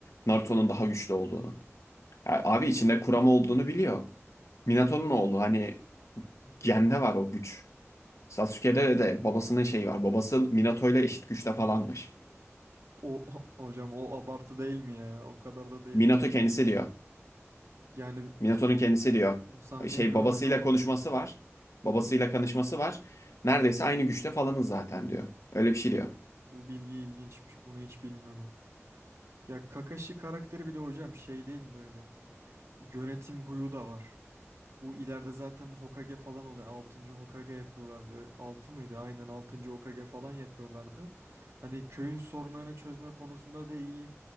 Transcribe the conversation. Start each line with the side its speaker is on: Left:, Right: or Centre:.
Left: Naruto'nun daha güçlü olduğunu. Yani abi içinde Kurama olduğunu biliyor. Minato'nun oğlu hani gende var o güç. Sasuke'de de babasının şeyi var. Babası Minato ile eşit güçte falanmış.
Right: O, o- hocam o abartı değil mi ya? O kadar da değildir
Left: Minato
Right: herhalde.
Left: kendisi diyor.
Right: Yani
Left: Minato'nun kendisi diyor.
Right: o sahneyi
Left: Şey
Right: görmedim
Left: babasıyla
Right: ama
Left: konuşması var. Babasıyla
Right: hı hı.
Left: konuşması var. Neredeyse aynı güçte falanız zaten diyor. Öyle bir şey diyor.
Right: Bu bilgi ilginçmiş. Bunu hiç bilmiyordum. Ya Kakashi karakteri bir de hocam şey değil mi böyle? Yönetim huyu da var. Bu ileride zaten Hokage falan oluyor. 6. Hokage yapıyorlardı. altı mıydı? Aynen 6. Hokage falan yapıyorlardı. Hani köyün sorunlarını çözme konusunda da iyi.